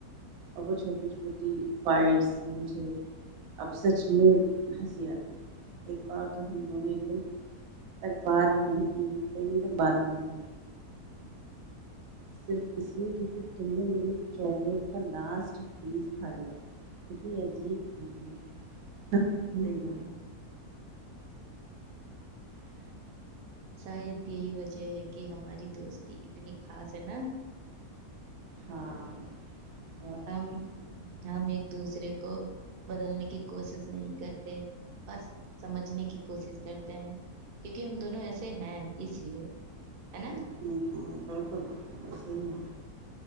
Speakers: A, on the right; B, on the right.
A: اور وہ چھوٹی چھوٹیس مجھے اب سچ میں ہنسی آتی ہے ایک بار تو ہم دونوں ایک دن تک بات نہیں کی کئی دن تک بات نہیں کی صرف اس لیے کیونکہ تم نے میری چاکلیٹ کا لاسٹ پیس کھا لیا تھا اتنی عجیب تھی ت
B: صحیح کہ
A: <inaudible>
B: شاید یہی وجہ ہے کہ ہماری دوستی اتنی خاص ہے نا
A: ہاں بہت
B: ہم
A: خاص۔
B: ہم ایک دوسرے کو بدلنے کی کوشش نہیں کرتے بس سمجھنے کی کوشش کرتے ہیں کیونکہ ہم دونوں ایسے ہیں اس لیے ہے نا
A: ہ ہ بالکل بکلسحی ہے